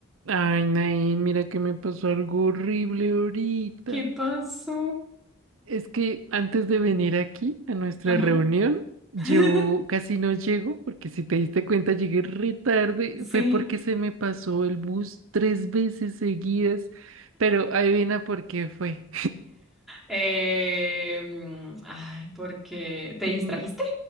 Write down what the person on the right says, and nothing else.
Ay, Nain, mira que me pasó algo horrible ahorita.
Es que antes de venir aquí a nuestra
reunión, yo
casi no llego, porque si te diste cuenta llegué re tarde.
Fue porque se me pasó el bus tres veces seguidas. Pero adivina por qué fue.
<laughs>